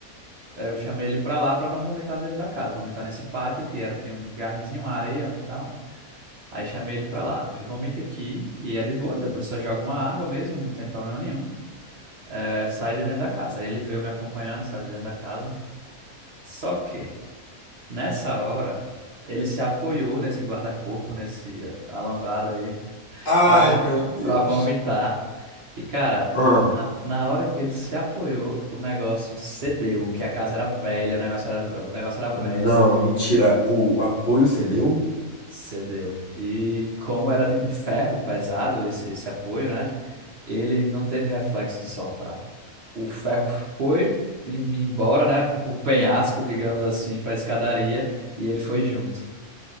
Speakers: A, on the right; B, on the left.
A: eh, eu chamei ele pra lá pra não vomitar dentro da casa, vomitar nesse pátio que era, tinha um jardinzinho, uma areia e tal. Aí chamei ele pra lá, eu fiz, vomita aqui, que é de boas, depois só joga uma água mesmo, não tem problema nenhum. É, sai de dentro da casa. Aí ele veio me acompanhando, sai de dentro da casa. Só que Nessa hora, ele se apoiou nesse guarda-corpo, nesse alambrado aí,
B: Ai,
A: para
B: meu Deus.
A: para vomitar. E, cara,
B: Ah,
A: na, na, na hora que ele se apoiou, o negócio cedeu, que a casa era velha, o negócio era, o negócio era velho,
B: não, mentira.
A: e
B: O, o apoio cedeu?
A: cedeu. E como era de um ferro pesado esse, esse apoio, né? Ele não teve reflexo de soltar. O ferro foi em- embora, né? O penhasco, digamos assim, para a escadaria, e ele foi junto.